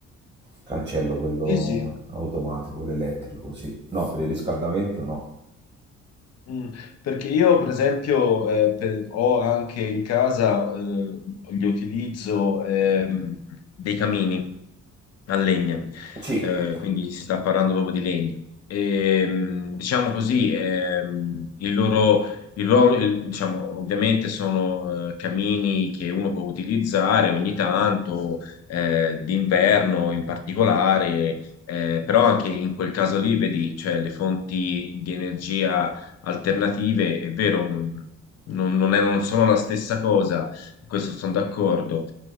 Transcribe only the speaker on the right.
Cancello quello
automatico, quello elettrico, sì. No, per il riscaldamento no.
Sì,